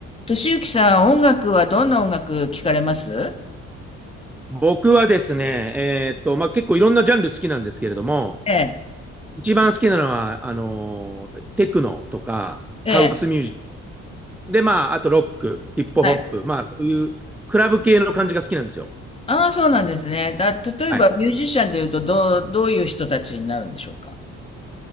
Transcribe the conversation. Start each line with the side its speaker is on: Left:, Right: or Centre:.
Left: 俊之さん、音楽はどんな音楽聞かれます
Centre: 僕はですね、えーっと、まあ、結構いろんなジャンル好きなんですけれども、
Left: ええ、
Centre: 一番好きなのは、あのーテクノとか、
Left: ええ、
Centre: ハウスミュージック、で、まあ、あとロック、ヒップホップ、
Left: はい。
Centre: まあ、そういうクラブ系の感じが好きなんですよ。
Left: ああ、そうなんですね。だ、例えばミュージシャンでいうと、
Centre: はい。
Left: どう、どういう人たちになるんでしょうか